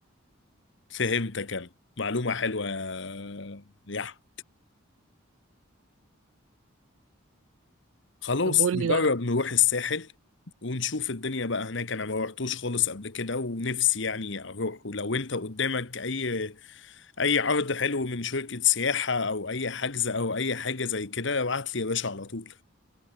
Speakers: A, on the left; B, on the right.
A: فهمتك انا معلومة حلوة يا يحيى. خلاص
B: طب قول
A: نجرب
B: لي بقى
A: نروح الساحل ونشوف الدنيا بقى هناك انا ما روحتوش خالص قبل كده ونفسي يعني اروح ولو انت قدامك اي اي عرض حلو من شركة سياحة او اي حجز او اي حاجة زي كده ابعت لي يا باشا على طول